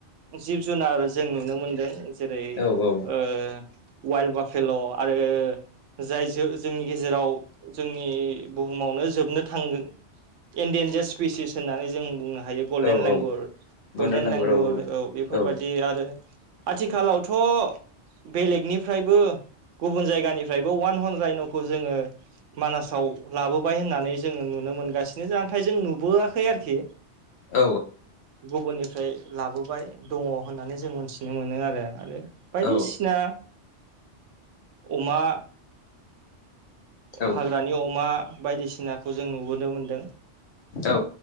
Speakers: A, on the right; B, on the left.
A: जिब जुनार जों नुनो मोनदों। जेरै
B: औ
A: ओ वाइल्ड बाफेल' आरो जाय ज-जोंनि गेजेराव जोंनि बुहुमावनो जोबनो थांगो इनडेेनजस स्पिसिस होननानै जों बुंनो हायो गलडेन
B: औ
A: लेंगुर
B: औ गनदाल
A: गलडेन
B: दांगुर
A: लेंगुर औ बेफोरबायदि
B: औ
A: आरो। आथिखालावथ' बेलेगनिफ्रायबो गुबुन जायगानिफ्रायबो वान हन्रायन'खौ जोङो। मानासाव लाबोबाय होननानै जोङो नुनो मोनगासिनो नाथाय जों नुबोआखै आरोखि।
B: औ
A: गुबुननिफ्राय लाबोबाय दङ होननानै जों मोनथिनो मोनो आरो आरो बायदिसिना
B: औ
A: अमा
B: औ
A: हाग्रानि अमा बायदिसिनाखौ जों नुबोनो मोनदों।
B: औ